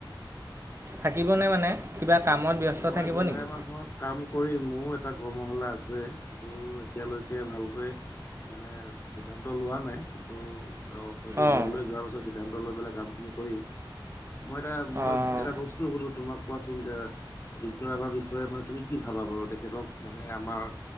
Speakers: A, on the right (about 30°); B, on the left (about 30°).
A: থাকিবনে মানে কিবা কামত ব্যস্ত
B: মই
A: থাকিব
B: জুলাই
A: নেকি
B: মাহত কাম কৰি মোৰ এটা কৰ্মশালা আছে সেইটো এতিয়ালৈকে ভালকৈ মানে সিদ্ধান্ত লোৱা নাই কিন্তু গাঁও হয়তো
A: অঁ
B: ঘৰলৈ যোৱাৰ পাছত সিদ্ধান্ত লৈ পেলাই কামখিনি কৰিম মই এটা মই
A: অঁ
B: এটা বস্ত বস্তু শুধু তোমাক কোৱাচোন এতিয়া বিষ্ণু ৰাভাৰ বিষয়ে মানে তুমি কি ভাবা বাৰু তেখেতক মানে আমাৰ